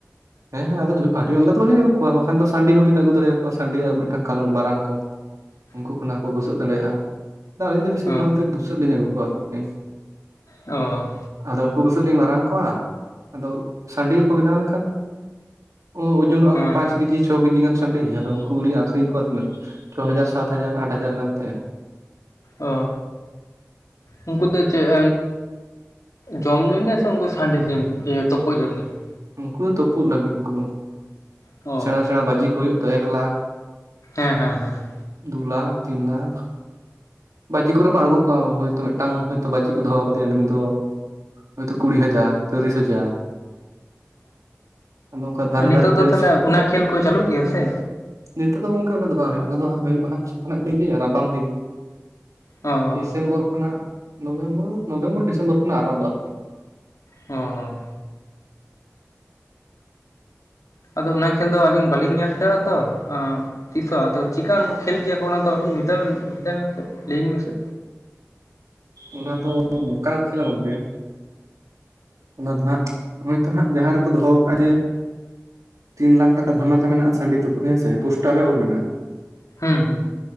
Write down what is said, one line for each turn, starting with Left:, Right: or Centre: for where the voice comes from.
Right: ᱦᱮᱸ ᱟᱫᱚ ᱟᱹᱰᱤ ᱟᱢᱫᱟ ᱫᱚ ᱵᱟᱞᱤᱧ ᱟᱹᱜᱩ ᱠᱚᱣᱟ ᱵᱟᱠᱷᱟᱱ ᱫᱚ ᱥᱟᱺᱰᱤ ᱦᱚᱸᱵᱤᱱ ᱟᱹᱜᱩ ᱫᱟᱲᱮᱭᱟᱣᱟ ᱥᱟᱺᱰᱤ ᱟᱨ ᱢᱤᱫᱴᱟᱝ ᱠᱟᱞᱚᱴ ᱢᱟᱨᱟᱝ ᱠᱚ᱾
Left: <unintelligible>
Right: ᱩᱱᱠᱩ ᱠᱷᱚᱱᱟᱜ ᱠᱚ ᱵᱩᱥᱟᱹᱜ ᱫᱟᱲᱮᱭᱟᱜᱼᱟ᱾ ᱟᱹᱞᱤᱧ ᱫᱚ ᱵᱮᱥᱤᱨ
Left: ᱦᱮᱸ
Right: ᱵᱷᱟᱜᱽ ᱛᱮ ᱵᱩᱥᱟᱹᱜ ᱞᱤᱧ ᱟᱹᱜᱩ ᱠᱚᱣᱟ ᱟᱨᱠᱤ᱾
Left: ᱚ᱾
Right: ᱟᱫᱚ ᱵᱩᱥᱟᱹᱜ ᱞᱤᱧ ᱢᱟᱨᱟᱝ ᱠᱚᱣᱟ᱾ ᱟᱫᱚ ᱥᱟᱺᱰᱤ ᱦᱚᱠᱚ ᱵᱮᱱᱟᱣ ᱞᱮᱱᱠᱷᱟᱱ, ᱳ ᱳᱡᱚᱱᱚᱜᱼᱟ
Left: ᱦᱮᱸ
Right: ᱠᱚ ᱯᱟᱸᱪ
Left: ᱦᱮᱸ
Right: ᱠᱮᱡᱤ ᱪᱷᱚᱼᱼ ᱪᱷᱚ ᱠᱮᱡᱤ ᱜᱟᱱ ᱥᱟᱺᱰᱤ ᱟᱫᱚ ᱩᱱᱠᱩ ᱜᱮᱞᱤᱧ ᱟᱠᱷᱨᱤᱧ ᱠᱚᱣᱟ ᱛᱤᱱᱟᱹᱜ, ᱪᱚ ᱦᱟᱡᱟᱨ ᱥᱟᱛ ᱦᱟᱡᱟᱨ ᱟᱴ ᱦᱟᱡᱟᱨ ᱜᱟᱱᱛᱮ᱾
Left: ᱚ, ᱩᱱᱠᱩ ᱫᱚ ᱪᱮᱫ? ᱡᱚᱢ ᱧᱩ ᱥᱮ ᱩᱱᱠᱩ ᱥᱟᱺᱰᱤ ᱛᱚᱯᱳᱫ ᱡᱚᱨᱱᱚ <unintelligible>
Right: ᱩᱱᱠᱩ ᱫᱚ ᱛᱩᱯᱩᱜ ᱞᱟᱹᱜᱤᱫ ᱩᱱᱠᱩ ᱫᱚ,
Left: ᱚ
Right: ᱥᱮᱬᱟ ᱥᱮᱬᱟ ᱵᱟᱹᱡᱤ ᱠᱚ ᱦᱩᱭᱩᱜ ᱛᱚ ᱮᱠ ᱞᱟᱠᱷ,
Left: ᱦᱮᱸ ᱦᱮᱸ ᱦᱮᱸ᱾
Right: ᱫᱩ ᱞᱟᱠᱷ ᱛᱤᱱ ᱞᱟᱠᱷ, ᱵᱟᱹᱡᱤ ᱠᱚᱨᱮ ᱠᱚ ᱟᱬᱜᱳ ᱠᱚᱣᱟ ᱦᱳᱭᱛᱳ ᱢᱮᱫᱴᱟᱝ ᱦᱳᱭᱛᱳ ᱵᱟᱹᱡᱤ ᱠᱚ ᱫᱚᱦᱚ ᱟᱠᱟᱫᱮᱭᱟ ᱱᱩᱭ ᱫᱚ᱾ ᱦᱳᱭᱛᱚ ᱠᱩᱲᱤ ᱦᱟᱡᱟᱨ ᱛᱤᱨᱤᱥ ᱦᱟᱡᱟᱨ᱾ ᱟᱫᱚ ᱚᱱᱠᱟ ᱫᱷᱟᱨᱮ
Left: ᱚ ᱱᱤᱛᱳᱜ
Right: ᱫᱷᱟᱨᱮ
Left: ᱫᱚ
Right: ᱛᱮ
Left: ᱛᱟᱦᱟᱞᱮ ᱚᱱᱟ ᱠᱷᱮᱞ ᱠᱚ ᱪᱟᱹᱞᱩᱜ ᱜᱮᱭᱟ ᱥᱮ?
Right: ᱱᱤᱛᱚᱜ ᱫᱚ ᱜᱚᱝᱠᱮ ᱩᱱᱟᱹᱜ ᱫᱚ ᱵᱟᱝ ᱦᱩᱭᱩᱜ ᱠᱟᱱᱟ ᱟᱫᱚ ᱦᱟᱜ ᱦᱩᱭᱩᱜᱟ ᱦᱟᱜ <unintelligible> ᱨᱟᱵᱟᱝ
Left: ᱚ᱾
Right: ᱰᱤᱥᱮᱢᱵᱚᱨ ᱠᱷᱚᱱᱟᱜ, ᱱᱚᱵᱷᱮᱢᱵᱚᱨ ᱱᱚᱵᱷᱮᱢᱵᱚᱨ ᱰᱤᱥᱮᱢᱵᱚᱨ ᱠᱷᱚᱱᱟᱜ ᱟᱨᱟᱢᱵᱷᱚᱜᱼᱟ ᱟᱨᱠᱤ᱾
Left: ᱦᱚᱭ᱾ ᱟᱫᱚ ᱚᱱᱟ ᱠᱷᱮᱞ ᱫᱚ ᱟᱹᱞᱤᱧ ᱵᱟᱞᱤᱧ ᱧᱮᱞ ᱟᱠᱟᱟᱜᱼᱟ ᱛᱚ ᱚ᱾ ᱛᱤᱥ ᱦᱚᱸ ᱟᱫᱚ ᱪᱤᱠᱟᱱ ᱠᱷᱮᱞ ᱜᱮᱭᱟ ᱠᱚ ᱚᱱᱟ ᱫᱚ ᱴᱤᱪ ᱢᱮᱛᱟᱭ ᱢᱮᱛᱟᱭ ᱢᱮᱥᱮ ᱞᱮᱭᱧ ᱢᱮᱥᱮ᱾
Right: ᱚᱱᱟ ᱫᱚ ᱱᱚᱝᱠᱟ ᱠᱚ ᱠᱷᱮᱞᱟ ᱜᱚᱝᱠᱮ᱾ ᱚᱱᱟ ᱫᱚ ᱦᱟᱜ, ᱦᱚᱜᱚᱭᱛᱚ ᱦᱟᱸᱜ ᱡᱟᱦᱟᱸ ᱨᱮᱠᱚ ᱫᱚᱦᱚ ᱟᱠᱟᱜᱼᱟ ᱡᱮ ᱛᱤᱱ ᱞᱟᱠᱷ ᱴᱟᱠᱟ ᱫᱷᱟᱢᱟᱠᱟ ᱢᱮᱱᱟᱜᱼᱟ ᱥᱟᱺᱰᱤ ᱛᱩᱯᱩᱫ ᱦᱮᱸᱥᱮ ᱯᱳᱥᱴᱟᱨ ᱨᱮ ᱚᱞ ᱢᱮᱱᱟᱜᱼᱟ᱾
Left: ᱦᱮ ᱦᱮ